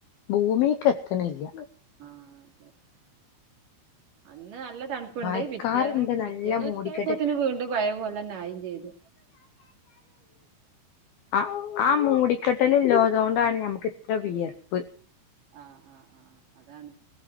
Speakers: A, on the left; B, on the right.
A: ഭൂമീക്ക് എത്ത്ണില്ല
B: ആഹ് അന്ന് നല്ല തണുപ്പുണ്ട്
A: മയക്കാറുണ്ട്
B: പിറ്റേന്ന് പിറ്റേന്ന്
A: നല്ല മൂടിക്കെട്ട്
B: ഉച്ചയപ്പോത്തില് വീണ്ടും പഴയ പോലെന്നെ ആയിം ചെയ്ത്
A: ആഹ് ആഹ് മൂടി കെടല്ള്ളതോണ്ടാണ് ഞമ്മക്ക് ഇത്ര വിയർപ്പ്
B: ആഹ് ആഹ് ആഹ് അതാണ്